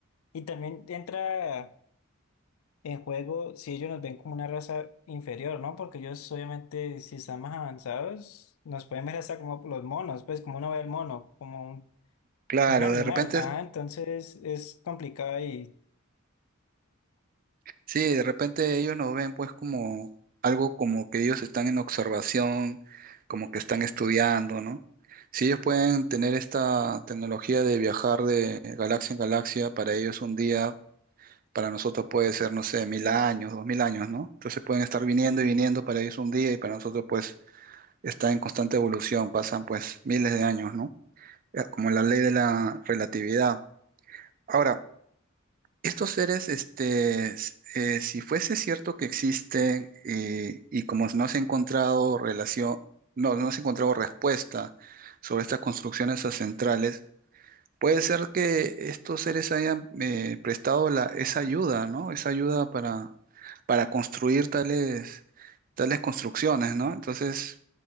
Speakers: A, on the left; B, on the right.
A: Y también entra en juego si ellos nos ven como una raza inferior, ¿no? Porque ellos, obviamente, si están más avanzados, nos pueden ver hasta como los monos, pues como uno ve el mono, como un,
B: Claro,
A: como un animal.
B: de repente,
A: Ajá, entonces es complicado y
B: sí, de repente ellos nos ven pues como algo como que ellos están en observación, como que están estudiando, ¿no? Si ellos pueden tener esta tecnología de viajar de galaxia en galaxia, para ellos un día, para nosotros puede ser, no sé, mil años, dos mil años, ¿no? Entonces pueden estar viniendo y viniendo, para ellos un día y para nosotros pues está en constante evolución, pasan pues miles de años, ¿no? Eh, Como la ley de la relatividad. Ahora, Estos seres, este, s- eh, si fuese cierto que existen eh, y como no se ha encontrado relación, no, no se ha encontrado respuesta sobre estas construcciones ancestrales, puede ser que estos seres hayan eh, prestado la, esa ayuda, ¿no? Esa ayuda para, para construir tales, tales construcciones, ¿no? Entonces,